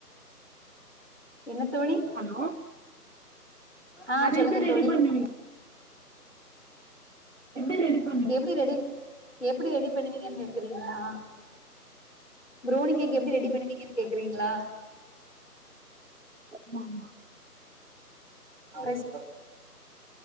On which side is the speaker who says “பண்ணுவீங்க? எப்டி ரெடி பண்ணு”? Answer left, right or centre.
Right